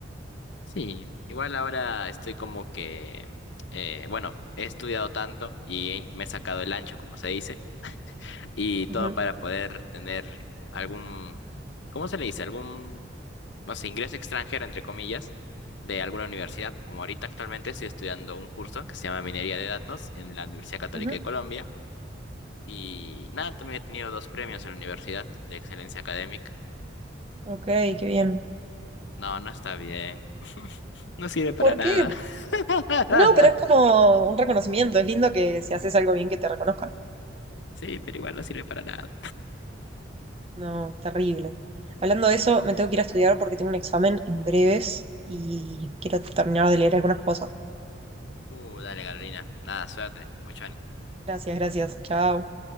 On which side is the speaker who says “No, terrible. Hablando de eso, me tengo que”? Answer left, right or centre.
Right